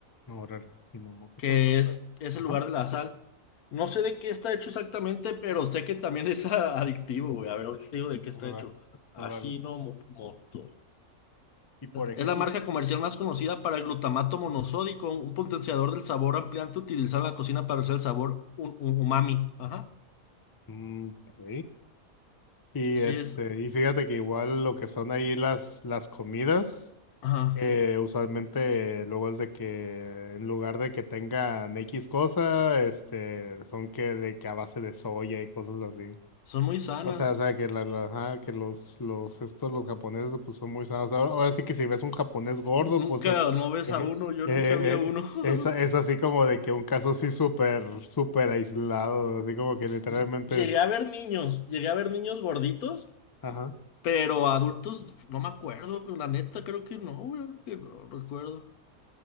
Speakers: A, on the left; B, on the left.
A: No, Órale, si no mucho
B: que
A: peso,
B: es,
A: pero.
B: es
A: Ajá,
B: el lugar de la sal. No sé de qué está hecho exactamente, pero sé que también es <laughs> a- adictivo, güey. A ver, ahorita te digo de qué está
A: órale,
B: hecho. Ajinomoto.
A: órale. Y por ejemplo,
B: Es la marca
A: y,
B: comercial más conocida para el glutamato monosódico, un potenciador del sabor ampliante utilizado en la cocina para hacer el sabor un- un- umami. Ajá.
A: mm, ok. Y,
B: Así
A: este,
B: es.
A: y fíjate que igual lo que son ahí las, las comidas,
B: Ajá.
A: eh, usualmente luego es de que en lugar de que tengan X cosa, este, son que de que a base de soya y cosas así.
B: Son muy sanas.
A: O sea, o sea, que, la, la- ajá, que los, los, estos, los japoneses, pues son muy sanos. Ahora, ahora sí que si ves un japonés gordo,
B: Nunca,
A: pues eh,
B: no
A: <laughs>
B: ves
A: eh,
B: a uno, yo
A: eh,
B: nunca vi a uno.
A: eh,
B: <laughs>
A: es, es así como de que un caso así súper, súper aislado, así como que literalmente,
B: Ll- Llegué a ver niños, llegué a ver niños gorditos,
A: ajá,
B: pero adultos no me acuerdo, la neta creo que no, güey, ahora que no recuerdo.